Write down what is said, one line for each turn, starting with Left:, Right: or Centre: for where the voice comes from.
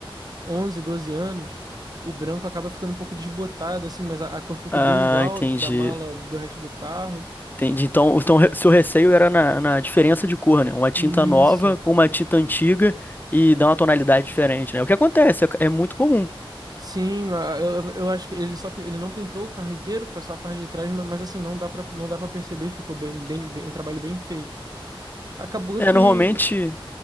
Right: 11 12 anos, o branco acaba ficando um pouco desbotado, assim, mas a, a cor ficou
Left: Ah,
Right: bem igual
Left: entendi.
Right: da mala do resto do carro.
Left: Entendi. Então, então re- seu receio era na, na diferença de cor, né? Uma tinta
Right: Isso.
Left: nova com uma tinta antiga e dá uma tonalidade diferente, né? O que acontece, é, é muito comum.
Right: Sim, a- eu, eu acho que ele só ele não pintou o carro inteiro, foi só a parte de trás, mas, mas assim, não dá pra, não dá para perceber, ficou bem, bem, bem- um trabalho bem feito. Acabou
Left: É,
Right: que,
Left: normalmente.